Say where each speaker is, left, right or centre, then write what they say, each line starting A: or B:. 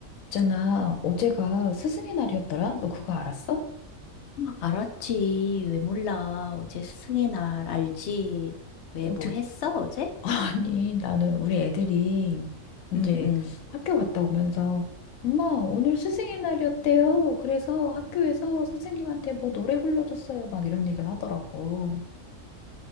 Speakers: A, on the left (about 85°); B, on the left (about 65°).
A: 있잖아, 어제가 스승의 날이었더라? 너 그거 알았어?
B: 알았지. 왜 몰라. 어제 스승의 날 알지. 왜
A: 어떻게,
B: 뭐 했어, 어제?
A: <laughs> 아니, 나는 우리 애들이 이제
B: 응, 응.
A: 학교 갔다 오면서, 엄마, 오늘 스승의 날이었대요. 그래서 학교에서 선생님한테 뭐 노래 불러줬어요. 막 이런 얘기를 하더라고.